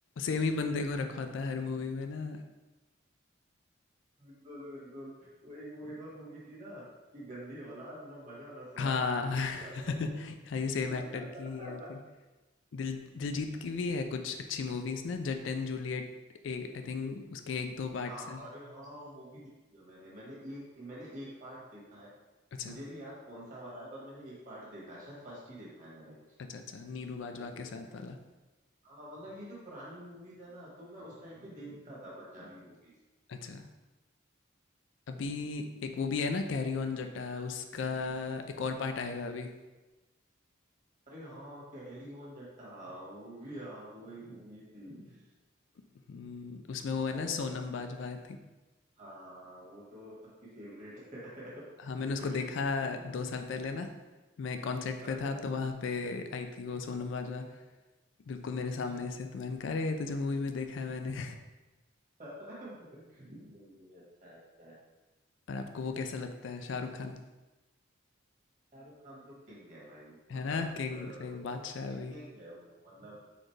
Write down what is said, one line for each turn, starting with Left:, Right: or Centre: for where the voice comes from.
Left: सेम
Right: तो वो
Left: ही बंदे को रखा होता है हर मूवी में ना
Right: बिल्कुल बिल्कुल वो एक वो एक और मूवी थी ना कि गंदी औलाद ना मजा ना स्वाद
Left: हाँ <laughs>
Right: याद है आपको बिल्कुल।
Left: हाँ ये सेम एक्टर की ही आई थिंक दिल दिलजीत की भी है कुछ अच्छी मूवीज ना Jatt and Juliet I think उसके एक दो पार्ट्स
Right: हाँ
Left: हैं
Right: अरे हाँ वो भी देखी है मैंने मैंने एक मैंने एक पार्ट देखा है
Left: अच्छा
Right: मुझे नहीं याद कौन सा वाला है पर मैंने एक पार्ट देखा है शायद फर्स्ट ही देखा है मैंने
Left: अच्छा अच्छा नीरू बाजवा
Right: तो
Left: के साथ वाला
Right: हाँ मतलब ये जो पुरानी मूवीज है ना तो मैं उस टाइम पे देखता था पंजाबी मूवीज
Left: अच्छा अभी एक वो भी है ना कैरी ऑन जटा उसका एक और पार्ट आएगा अभी
Right: अरे हाँ कैरी ऑन जट्टा वो भी हाँ वो एक मूवी थी
Left: हम्म, उसमें वो है
Right: तो
Left: ना सोनम
Right: मतलब
Left: बाजवा आई
Right: हाँ वो तो सबकी फेवरेट है <laughs>
Left: हाँ मैंने उसको देखा
Right: हम्म,
Left: दो साल पहले ना मैं कॉन्सर्ट पे
Right: अच्छा
Left: था तो वहाँ पे आई थी वो सोनम बाजवा बिल्कुल मेरे
Right: अच्छा
Left: सामने से तो मैंने कहा अरे तुझे मूवी में देखा है मैंने
Right: <laughs> नहीं नहीं अच्छा है अच्छा है
Left: <laughs> और आपको वो कैसा लगता है शाहरुख खान
Right: शाहरुख खान तो किंग है भाई मतलब
Left: है ना किंग
Right: अ, वो-
Left: सही बादशाह है
Right: ये किंग
Left: वही
Right: है वो मतलब